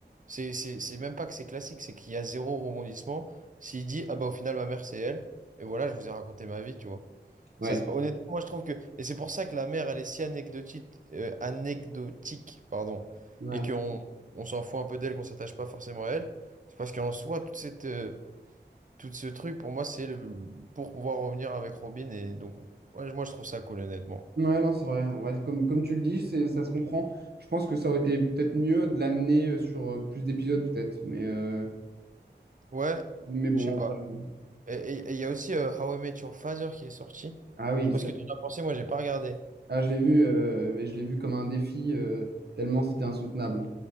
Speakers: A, on the right (about 45°); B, on the right (about 60°).
A: c'est, c'est, c'est même pas que c'est classique, c'est qu'il y a zéro rebondissement. S'il dit, ah bah, au final, ma mère, c'est elle, et voilà, je vous ai raconté ma vie, tu vois.
B: Ouais.
A: Ça, c'est- honnêtement, moi, je trouve que. Et c'est pour ça que la mère, elle est si anecdotique, euh, anecdotique, pardon,
B: Ouais.
A: et qu'on on, s'en fout un peu d'elle, qu'on s'attache pas forcément à elle. C'est parce qu'en soi, toute cette. euh, tout ce truc, pour moi, c'est le... pour pouvoir revenir avec Robin. Et donc, ouais, moi, je trouve ça cool, honnêtement.
B: Ouais, non, c'est vrai. En vrai, comme, comme tu le dis, c'est, ça se comprend. Je pense que ça aurait été peut-être mieux de l'amener euh, sur euh, plus d'épisodes, peut-être. Mais, euh,
A: Ouais,
B: mais bon,
A: je sais pas.
B: en vrai, euh,
A: Et il y a aussi euh, How I Met Your Father qui est sorti.
B: Ah oui,
A: Je sais pas
B: ça-
A: ce que tu en as pensé, moi, j'ai pas regardé.
B: ah, je l'ai vu, euh, mais je l'ai vu comme un défi, euh, tellement c'était insoutenable.